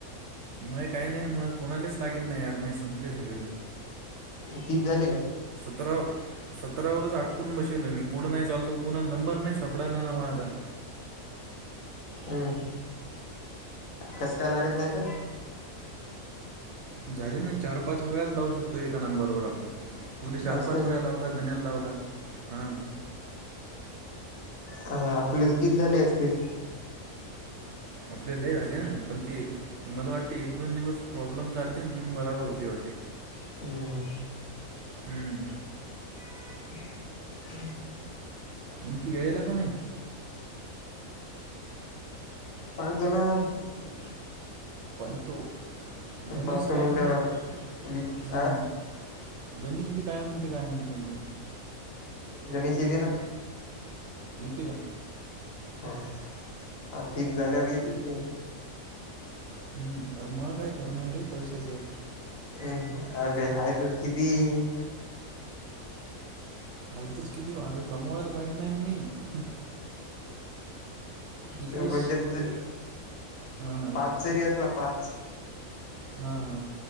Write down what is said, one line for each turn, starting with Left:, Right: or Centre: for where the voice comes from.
Right: मय काही नाही म कोणालाच लागेल नाही यार मय संपले सगळे.
Left: तीस झाले काय?
Right: सतराव सतरावरच आटकून बशेलो मी पुढे नाही चाललो कोणाला नंबर नाही सापडायला नवा आता.
Left: हम्म कसं काय लागत नाही तर?
Right: झाले ना चार-पाच वेळाच लावू शकतो एका नंबरवर आपण तुला चार-पाच
Left: असं
Right: वेळा लावला गण्याला लावला हा.
Left: हा आपले तर किती झाले असतील.
Right: आपल्या लई झाली ना पण ती मला वाटते एक दोन दिवस प्रॉब्लेम चालते मग बराबर होते वाटते.
Left: हम्म
Right: हम्म
Left: <unintelligible>
Right: मग तू यायला का नाही?
Left: पडतो ना हम्म
Right: पाहि तो गणेश
Left: पाहतो
Right: काय
Left: म्हणल्यावर
Right: म्हणते हम्म
Left: वि आ
Right: हम्म. गणेश बी काय म्हणते काय माहित म्हणलं.
Left: जमीशी देनं
Right: येते का?
Left: हा हा ठीक झाल्यावर येतेच काय?
Right: हम्म अरे मा काय खरं नाही रे पैशाचं
Left: अ अभे हयत किती हे.
Right: माहीचच किती हवे कमवायला काहीत नाही ना मी ह. एकवीस
Left: त्या बड्डेत जर
Right: हां हां
Left: पास जरी असला पास.
Right: हा हा.